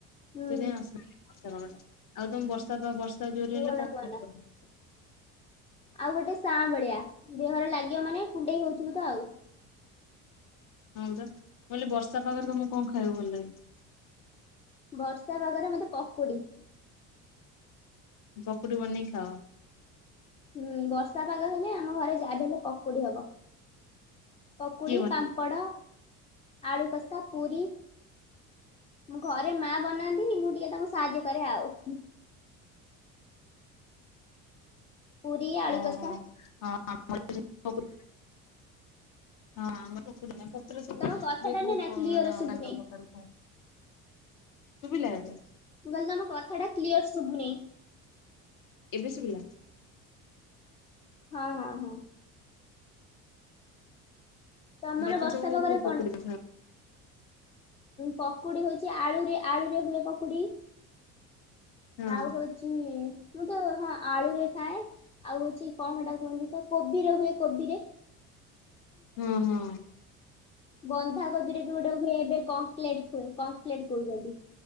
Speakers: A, on the left (about 15°); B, on the left (about 50°).
A: ହୁଁ
B: ତୁ ଯାଇଁ <unintelligible> ଆଉ ତମେ ବର୍ଷା ତ ବର୍ଷା ଜୋରେ
A: କୁହନା
B: ହେଲେ କଣ
A: କୁହନା
B: ଖାଇବ?
A: ଆଉ ଗୋଟେ ସାଆଁ ବଳିଆ ଦେହରେ ଲାଗିବ ମାନେ କୁଣ୍ଡେଇ ହୋଉଥିବୁ ତ ଆଉ।
B: ହଁ ପା ମୁଁ କହିଲି ବର୍ଷା ପାଗରେ ତମକୁ କଣ ଖାଇବାକୁ ଭଲ ଲାଗେ?
A: ବର୍ଷା ପାଗରେ ମତେ ପକୁଡି।
B: ପକୁଡି ବନେଇ ଖାଅ?
A: ହୁଁ ବର୍ଷା ପାଗ ହେଲେ ଆମ ଘରେ ଯାହା ବି ହେଲେ ପ କୁଡ଼ି ହବ। ପକୁଡି
B: କିଏ ବନାନ୍ତି?
A: ପାମ୍ପଡ଼। ଆଳୁ କଷା ପୁରୀ ମୋ ଘରେ ମା ବନାନ୍ତି ମୁଁ ଟିକେ ତାଙ୍କୁ ସାହାଯ୍ୟ କରେ ଆଉ। ପୁରୀ ଆଳୁ
B: ଓହୋ
A: କଷା
B: ହଁ। ହଁ ଆମ <unintelligible> ହଁ <unintelligible> ପ ସବୁ ବହୁତ ବହୁତ
A: ତମ କଥାଟା
B: ମାନେ
A: ନୁହେଁ
B: ଅଲଗା
A: ନା କ୍ଲିୟର ଶୁଭୁନି
B: ଅଲଗା ପ୍ରକାର ଥାଏ। ଶୁଭିଲା ଏବେ?
A: ମୁଁ କହିଲି ତମ କଥାଟା କ୍ଲିୟର ଶୁଭୁନି।
B: ଏବେ ଶୁଭିଲା?
A: ହଁ ହଁ। ତମର
B: କ ପକୁଡ଼
A: ବର୍ଷା ପାଗରେ କଣ?
B: ସ <inaudible>
A: ପକୁଡି ହେଇଛି ଆଳୁରେ ଆଳୁରେ ହୁଏ ପକୁଡି।
B: ହଁ
A: ଆଉ ହଉଛି ମୁଁ ତ ହଁ ଆଳୁରେ ଖାଏ ଆଉ ହଉଛି କଣ ହେଇଟା କୁହନ୍ତି ତ କୋବିରେ ହୁଏ କୋବିରେ।
B: ହୁଁ ହିଁ।
A: ବନ୍ଧା କୋବିରେ ବି ହୁଏ। ଗୋଟେ ହୁଏ ଏବେ କଙ୍କଲେଟ ହୁଏ କଙ୍କଲେଟ କହୁଛନ୍ତି